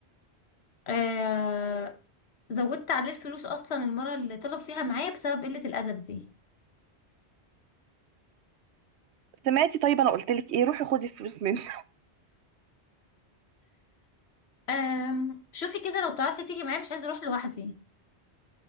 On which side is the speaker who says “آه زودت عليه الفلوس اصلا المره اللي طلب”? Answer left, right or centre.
Left